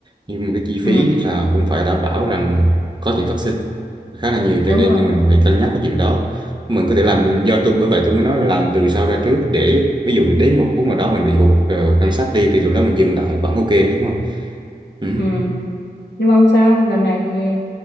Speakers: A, on the right; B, on the left.
A: Nhưng mà cái chi phí
B: Ừ,
A: là cũng phải đảm bảo rằng có thể phát sinh khá là nhiều cho
B: đúng
A: nên
B: rồi.
A: mình phải cân nhắc cái chuyện đó. Mình có thể làm
B: Ừ.
A: do tôi bởi vậy tôi mới nói là làm từ sau ra trước để ví dụ đến một khúc nào đó mình bị hụt ờ, ngân sách đi thì lúc đó mình dừng lại vẫn ok đúng không? Ừ.
B: Ừ. Nhưng mà không sao, lần này thì